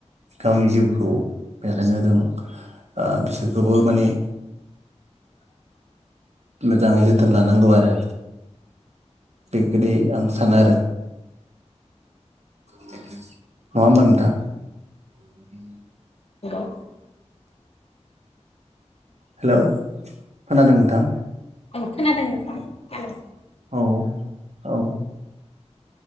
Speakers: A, on the right; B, on the left.
A: गावनि जिउखौ बेखायनो जों ओ बिसोरखौबो माने मोजाङै जोथोन लानांगौ आरो बे गोदै आं सानो आरो नङा होमबा नोंथां उम
B: नंगौ
A: हेलौ खोनादों नोंथां
B: औ खोनादों नोंथां हेलौ
A: औ औ